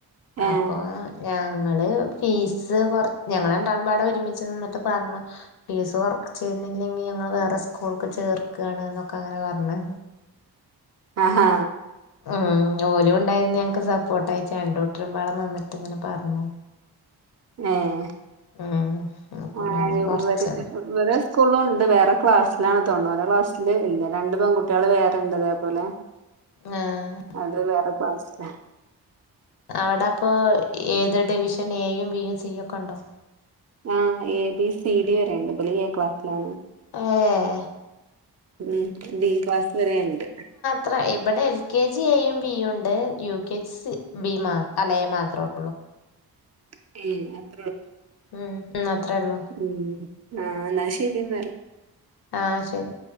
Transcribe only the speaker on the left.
അപ്പോ ഞങ്ങള് ഫീസ് കാെർ ഞങ്ങളണ്ടാളും പാടെ ഒരുമിച്ച് നിന്നിട്ട് പർഞ്ഞു ഫീസ് കൊർച്ചെര്ണ്ല്ലെങ്കി ഞങ്ങള് വേറെ സ്കൂള്ക്ക് ചേർക്കാണ്ന്നൊക്കെ അങ്ങനെ പർഞ്ഞ്
ഉം ഓലും ഉണ്ടായിര്ന്ന് ഞങ്ങക്ക് സപ്പോട്ടായിട്ട് രണ്ടുട്ടരുംമ്പാടെ നിന്ന്ട്ട്ങ്ങനെ പർഞ്ഞു
ഉം അപ്പൊ പിന്നെ
കൊറച്ച്
ആഹ്
അടെപ്പോ ഏത് ഡിവിഷൻ എയും ബിയും സിയും ഒക്കെ ഉണ്ടോ?
ആഹ്
ത്ര ഇവിടെ എൽ കെ ജി എയും ബിയും ഇണ്ട് U K G C B മാത്ര അല്ല എ മാത്രൊ ള്ളു.
ഉം അത്രൊ ള്ളൂ
ആഹ് ശരി